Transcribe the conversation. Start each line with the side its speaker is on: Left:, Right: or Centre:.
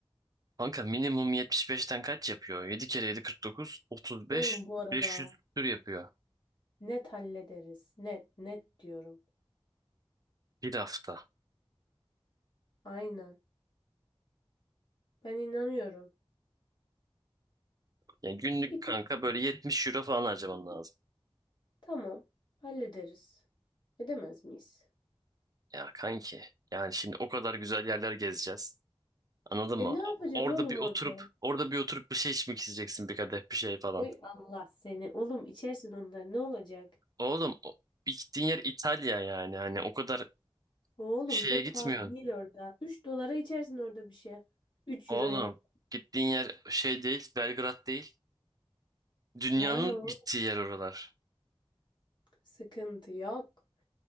Right: Kanka minimum 75'ten kaç yapıyor? 7 kere 7 49, 35,
Left: Oğlum bu arada
Right: 500 tür yapıyor.
Left: net hallederiz. Net, net diyorum.
Right: Bir hafta.
Left: Aynen. Ben inanıyorum.
Right: Yani günlük
Left: Bir tık
Right: kanka böyle 70 euro falan harcaman lazım.
Left: tamam hallederiz. Edemez miyiz?
Right: Ya kanki. Yani şimdi o kadar güzel yerler gezeceğiz. Anladın
Left: E
Right: mı?
Left: ne yapacağız
Right: Orada
Left: oğlum
Right: bir
Left: orada?
Right: oturup orada bir oturup bir şey içmek isteyeceksin bir kadeh bir şey falan.
Left: Uy Allah seni. Oğlum içersin onları ne olacak?
Right: Oğlum o- gittiğin yer İtalya yani hani o kadar
Left: Oğlum
Right: şeye
Left: çok
Right: gitmiyorsun.
Left: pahalı değil orada. üç dolara içersin orada bir şey. üç
Right: Oğlum
Left: euroya.
Right: gittiğin yer şey değil Belgrad değil. Dünyanın
Left: Lan o
Right: gittiği yer oralar.
Left: sıkıntı yok.